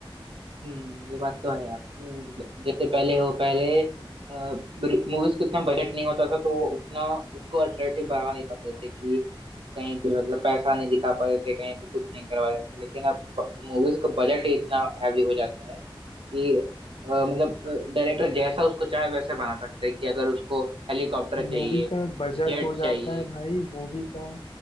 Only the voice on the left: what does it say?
मूवी
का बजट
हो जाता
है भाई मूवी का